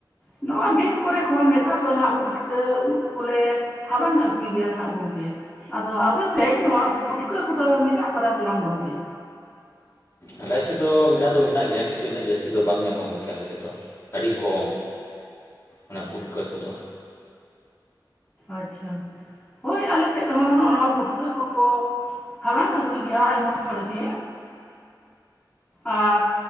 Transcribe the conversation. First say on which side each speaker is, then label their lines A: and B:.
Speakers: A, on the left; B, on the left.
A: ᱱᱚᱶᱟ ᱵᱤᱨ ᱠᱚᱨᱮ ᱠᱷᱚᱱ ᱱᱮᱛᱟᱨ ᱫᱚ ᱱᱷᱟᱸᱜ ᱯᱩᱴᱠᱟᱹ ᱩᱫ ᱠᱚᱞᱮ ᱦᱟᱞᱟᱝ ᱟᱹᱜᱩᱭ ᱜᱮᱭᱟ ᱱᱷᱟᱸᱜ ᱜᱚᱝᱠᱮ᱾ ᱟᱫᱚ ᱟᱯᱮ ᱥᱟᱹᱭᱤᱰ ᱱᱚᱣᱟ ᱯᱩᱴᱠᱟᱹ ᱠᱚᱫᱚ ᱢᱮᱱᱟᱜ ᱟᱠᱟᱫᱟ ᱥᱮ ᱵᱟᱝ ᱜᱚᱝᱠᱮ?
B: ᱟᱞᱮ ᱥᱮᱫ ᱫᱚ ᱢᱮᱱᱟᱜ ᱫᱚ ᱢᱮᱱᱟᱜ ᱜᱮᱭᱟ ᱠᱤᱱᱛᱩ ᱤᱱᱟᱹᱜ ᱡᱟᱹᱥᱛᱤ ᱫᱚ ᱵᱟᱝ ᱧᱟᱢᱚᱜ ᱜᱚᱝᱠᱮ ᱟᱞᱮ ᱥᱮᱫ ᱫᱚ, ᱟᱹᱰᱤ ᱠᱚᱢ ᱚᱱᱟ ᱯᱩᱴᱠᱟᱹ ᱠᱚᱫᱚ᱾
A: ᱟᱪᱪᱷᱟ᱾ ᱦᱳᱭ ᱟᱞᱮ ᱥᱮᱫ ᱫᱚ ᱦᱟᱸᱜ ᱱᱚᱜᱼᱚᱼᱱᱚᱣᱟ ᱯᱩᱴᱠᱟᱹ ᱠᱚᱠᱚ ᱦᱟᱞᱟᱝ ᱟᱹᱜᱩᱭ ᱜᱮᱭᱟ ᱟᱭᱢᱟ ᱦᱚᱲ ᱜᱮ, ᱟᱨ